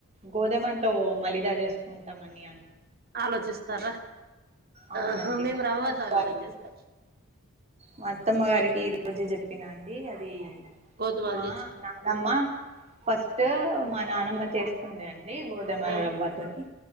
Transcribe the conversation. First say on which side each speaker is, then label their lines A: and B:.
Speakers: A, on the right; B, on the right.
A: గోధుమతో మలిదా చేసుకుంటాం అని ఆ
B: ఆలోచిస్తారా
A: అవునండి
B: ఆహా మేము
A: మా
B: రవ్వదాంతో
A: అత్తమ్మ గారికి
B: చేస్తాం
A: మా అత్తమ్మ గారికి ఈ రోజే చెప్పినా అది
B: గోధుమలు
A: మా
B: తెచ్చి
A: నానమ్మ ఫస్ట్ మా నానమ్మ చేస్తుండే అండి గోధమ
B: ఆ
A: రవ్వతోని